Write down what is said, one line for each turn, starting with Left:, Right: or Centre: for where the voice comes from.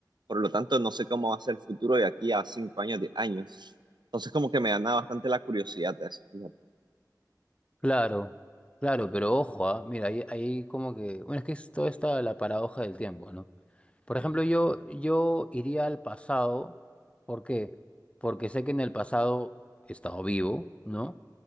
Right: Por lo tanto, no sé cómo va a ser el futuro de aquí a 5 años, 10 años. Entonces, como que me gana bastante la curiosidad de eso. Fíjate,
Left: Claro, claro, pero ojo, ah, Mira, ahí, ahí como que, bueno, es que es toda esta la paradoja del tiempo, ¿no? Por ejemplo, yo, yo iría al pasado, ¿por qué? Porque sé que en el pasado he estado vivo, ¿no?